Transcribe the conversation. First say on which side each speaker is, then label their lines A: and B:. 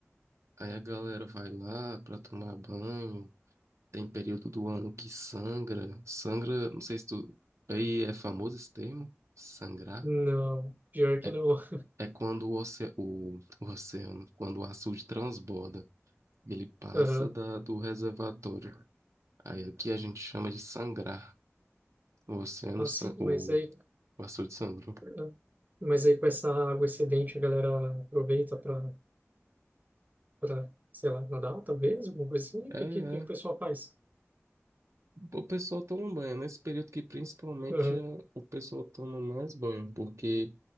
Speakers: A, on the right (about 75°); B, on the right (about 35°).
A: Aí a galera vai lá pra tomar banho. Tem período do ano que sangra. Sangra, não sei se tu. Aí é famoso esse termo, sangrar.
B: Não, pior que
A: É,
B: não. <laughs>
A: é quando o, oce, o, o oceano, quando o açude transborda, ele passa
B: Aham.
A: da, do reservatório. Aí aqui a gente chama de sangrar. O oceano,
B: Assim,
A: san- o,
B: mas aí,
A: o açude sangrou.
B: ah, mas aí com essa água excedente a galera aproveita para, para, sei lá, nadar talvez, alguma coisa assim.
A: É,
B: O que que, o que que
A: é.
B: o pessoal faz?
A: O pessoal toma banho, nesse período que principalmente
B: Aham.
A: eh, o pessoal toma mais banho, porque